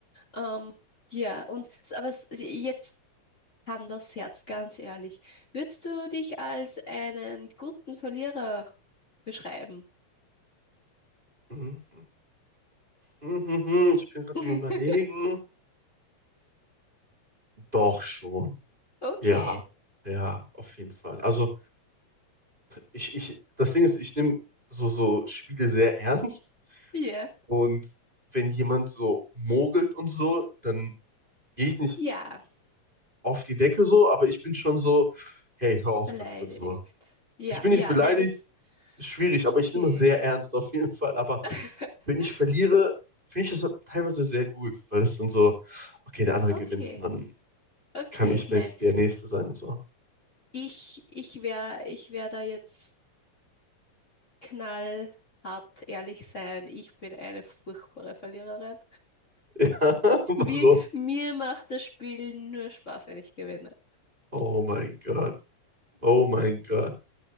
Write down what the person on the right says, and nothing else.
Mhm. Mhm. Ich bin gerade
am Überlegen. Doch schon.
Ja, ja, auf jeden Fall. Also ich, ich, das Ding ist, ich nehme so, so Spiele sehr ernst
und wenn jemand so mogelt und so, dann gehe ich nicht
auf die Decke so, aber ich bin schon so, hey, hör auf
damit und so.
Ich bin
nicht beleidigt,
ist schwierig,
aber ich nehme es sehr ernst auf jeden Fall. Aber
wenn ich verliere, finde ich das teilweise sehr gut, weil es dann so, okay, der andere
gewinnt und dann
kann ich
jetzt der Nächste sein und so.
<laughs> Warum?
Oh mein Gott. Oh mein Gott.